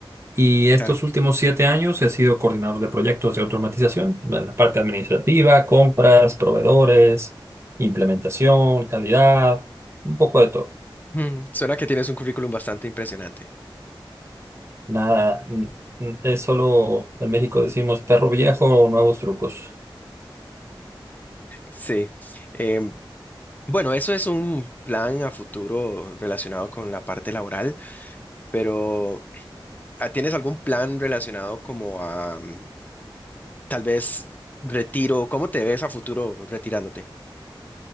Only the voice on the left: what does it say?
Claro.
Mm, suena que tienes un currículum bastante impresionante.
Sí. Em, Bueno, eso es un plan a futuro relacionado con la parte laboral, pero ah, ¿tienes algún plan relacionado como a mm, tal vez retiro? ¿Cómo te ves a futuro retirándote?